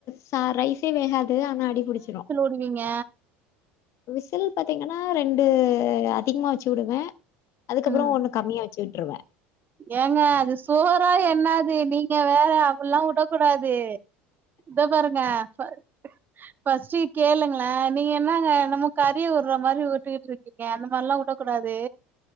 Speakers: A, on the left (about 55°); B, on the right (about 30°).
A: சா ரைஸே வேகாது ஆனா அடி பிடிச்சிரு
B: விடுவீங்க
A: விசில் பாத்தீங்கன்னா ரெண்டு அதிக்மா வெச்சு விடுவே அதுக்கப்பறோ
B: ம்
A: ஒன்னு கம்மியா வெச்சுட்ருவே
B: ஏங்க அது சோறா என்னாது நீங்க வேற அப்பிட்லா உடக்கூடாது இத பாருங்க ஃப ஃபஸ்ட்டு கேளுங்களே நீங்க என்னங்க நம்ம கறிய உட்ற மாரி உட்டுகிட்ருக் நீங்க அந்த மார்லா உடக்கூடாது